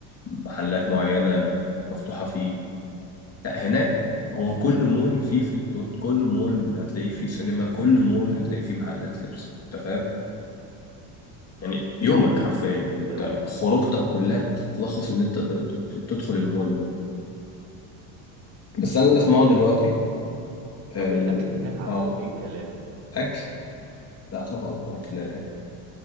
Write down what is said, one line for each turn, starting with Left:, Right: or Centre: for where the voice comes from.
Left: محلات معينه مفتوحه فيه لا هناك
Right: امم
Left: هو كل مول فيه فود كورت كل مول هتلاقي فيه سينما كل مول هتلاقي فيه محلات لبس انت فاهم يعني يومك حرفيا
Right: ده جامد
Left: انت
Right: قوي ده
Left: خروجتك كلها تتلخص ان انت ت- ت- تدخل المول ده بس انا اللي اسمعه دلوقتي آه،
Right: طب الاكل
Left: ان
Right: هناك عندهم
Left: اه
Right: ايه الكلام
Left: اكل لا طبعا اكل